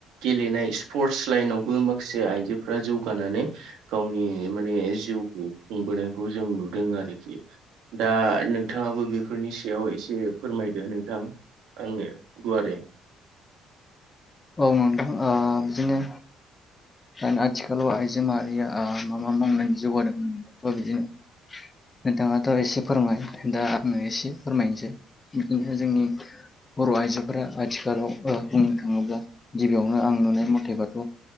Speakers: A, on the right; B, on the left.
A: गेलेनाय स्पर्टस <unintelligible> माखासे आइजोफोरा जौगानानै गावनि माने जिउखौ खुंबोनायखौ जों नुदों आरोखि। दा नोंथाङाबो बेफोरनि सायाव एसे फोरमायदो नोंथां। आंनो गुवारै
B: औ नोंथां ओ बिदिनो दान आथिखालाव आइजो माहारिया आ मा मा मावनानै जौगादों थ' बिदिनो नोंथाङाथ' एसे फोरमाय दा आङो एसे फोरमायनोसै बिदिनो जोंनि बर' आइजोफोरा आथिखालाव ओ बुंनो थाङोब्ला गिबियावनो आं नुनाय मथेबाथ'